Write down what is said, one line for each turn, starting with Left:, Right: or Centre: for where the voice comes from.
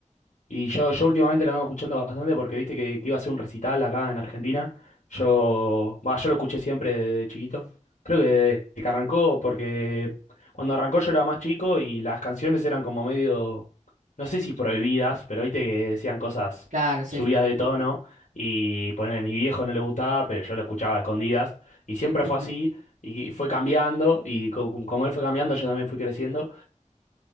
Left: Y yo, yo últimamente lo vengo escuchando bastante porque viste que, que iba a hacer un recital acá en Argentina. Yo, bah, yo lo escuché siempre desde chiquito. Creo que desde que arrancó, porque cuando arrancó yo era más chico y las canciones eran como medio, no sé si prohibidas, pero viste que decían cosas
Right: Claro, sí.
Left: subidas de tono. Y ponerle a mi viejo no le gustaba, pero yo lo escuchaba a escondidas. Y siempre
Right: <laughs>
Left: fue así, y fue cambiando. Y co- como él fue cambiando, yo también fui creciendo